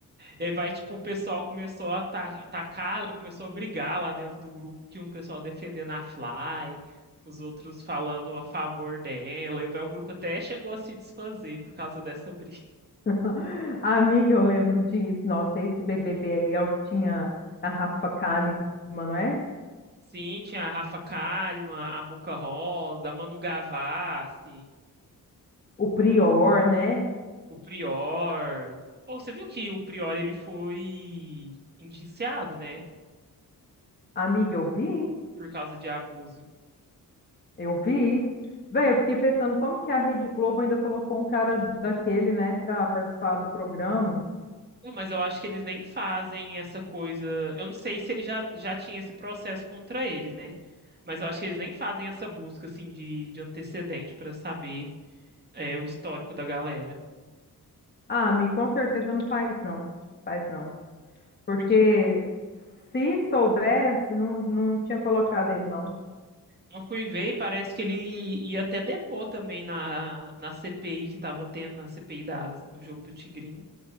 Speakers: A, on the right; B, on the left.
A: E aí vai, tipo, o pessoal começou a ta- atacar, começou a brigar lá dentro do grupo, que um pessoal defendendo a Fly, os outros falando a favor dela, e vai, o grupo até chegou a se desfazer por causa dessa briga.
B: <laughs> Amiga, eu lembro disso. Nossa, esse BBB aí é o que tinha a Rafa Kalimann, não é?
A: Sim, tinha a Rafa Kalimann, a Boca Rosa, a Manu Gavassi,
B: O Prior, né?
A: o Prior. Ou você viu que o Prior ele foi indiciado, né?
B: Amiga, eu vi,
A: Por causa de abuso.
B: eu vi. Véi, eu fiquei pensando como que a Rede Globo ainda colocou um cara daquele, né, pra participar do programa.
A: Não, mas eu acho que eles nem fazem essa coisa. Eu não sei se ele já, já tinha esse processo contra ele, né? Mas eu acho que eles nem fazem essa busca assim de, de antecedente para saber é, o histórico da galera.
B: Ah, Mi, com certeza não faz, não. Faz, não. Porque
A: Porque
B: se soubesse, não, não tinha colocado ele, não.
A: eu fui ver e parece que ele ia até depor também na, na CPI que tava tendo, na CPI da do jogo do Tigrinho,